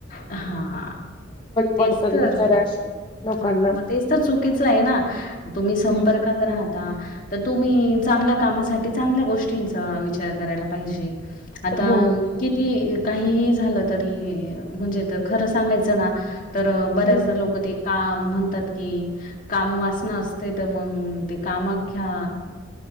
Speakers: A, on the left; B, on the left.
A: हा तेच
B: पडतात
A: तर
B: बिचाऱ्या
A: म
B: अशा लोकांना.
A: हा मग तेच तर चुकीच आहे तुम्ही संपर्कात
B: हं,
A: राहता तर तुम्ही चांगल्या कामासाठी चांगल्या गोष्टींचा विचार करायला पाहिजे आता
B: हो, हो.
A: किती काहीही झालं तरी म्हणजे खरं सांगायचं ना तर बऱ्याचदा
B: हं,
A: लोक ते का म्हणतात की काम वासनं असते तर मग ते कामाख्या